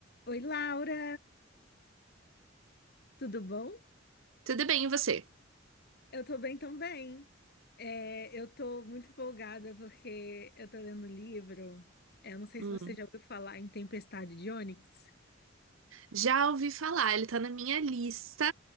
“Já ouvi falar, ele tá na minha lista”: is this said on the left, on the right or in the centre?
Right